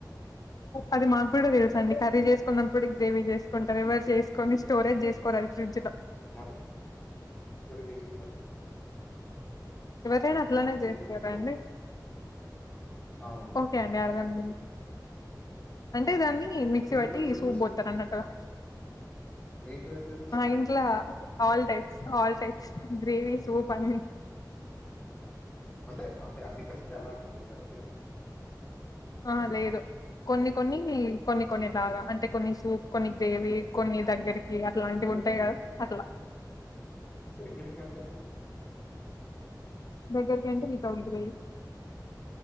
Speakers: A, on the left; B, on the left.
A: అది మాకు కూడా తెలుసండి కర్రీ చేసుకున్నప్పుడు గ్రేవీ చేసు కుంటారు ఎవరు చేసుకని స్టోరేజ్ చేస్ కొరారి చంచలం
B: మాట కర్రి చేసుకున్నా
A: ఎవరైయినా అట్ల అట్లనే జెత్తరాండి
B: చేస్తాం అవును
A: ఓకే అండి అర్థమైంది అంటే దాన్ని మిక్సీ
B: మీ
A: వట్టి
B: ఇంట్లో ఎట్లా
A: సూప్
B: చేస్తారు
A: పోత్తరు అన్నటుగా
B: మీ ఇంట్లో ఎట్లా చేస్తారు
A: ఇంట్లో all types all types gravy soup అన్నీ
B: అంటే అంటే అన్ని కర్రీస్ కి అలానే చేస్తారా సేమ్
A: ఆ లేదు కొన్ని కొన్ని కొన్ని కొన్నిలాగా అంటే కొన్ని సూప్ కొన్ని గ్రేవీ కొన్ని దగ్గరికి అట్లాంటివి ఉంటాయి కదా అట్లా
B: దగ్గరికి అంటె నా
A: దగ్గరికి అంటె నితంతురై